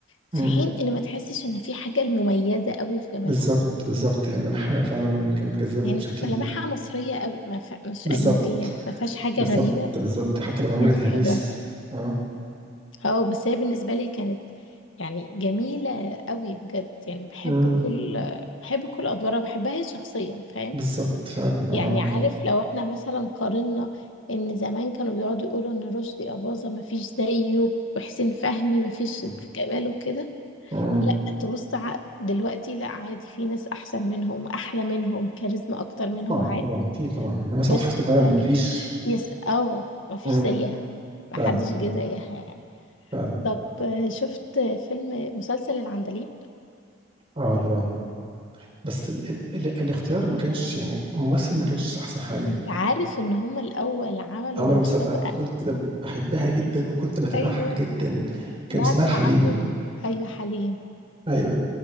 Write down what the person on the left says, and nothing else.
في
حين ان ما تحسش ان في حاجه مميزه قوي في جمالها
يعني
ملامحها مصريه قوي ما ف... مش
اجنبيه ما فيهاش حاجه
غريبه
كانت
حلوه
اه بس هي بالنسبة لي كانت يعني جميلة قوي بجد يعني بحب
كل بحب كل أدوارها بحبها هي شخصيا فاهم
يعني عارف لو احنا مثلا قارنا إن زمان كانوا بيقعدوا يقولوا إن رشدي أباظة مفيش زيه وحسين فهمي مفيش في
كماله وكده
لا تبص ع- دلوقتي لا عادي في ناس أحسن منهم أحلى منهم كاريزما أكتر منهم
عادي
بس
ك-
يس اه مفيش
زيها محدش
جه زيها يعني
طب آه، شفت فيلم مسلسل العندليب
انت عارف ان هما الاول عملوا
المسابقة
ايوه
بعد
ما
عملوا ايوه حاليا